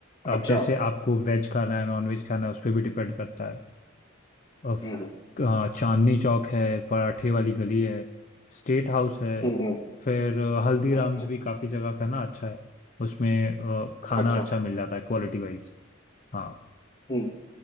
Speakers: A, on the left (about 40°); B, on the left (about 20°).
A: अब
B: अच्छा
A: जैसे आपको वेज खाना है नॉन वेज खाना है उस पर भी डिपेंड करता है और
B: हम्म
A: अ, चांदनी चौक है पराठे वाली गली है स्टेट हाउस है
B: हम्म हम्म
A: फिर अ, हल्दीराम्स
B: हम्म,
A: भी काफ़ी जगह का ना अच्छा है उसमें अ, खाना
B: अच्छा
A: अच्छा मिल जाता है क्वालिटी वाइज हाँ
B: हम्म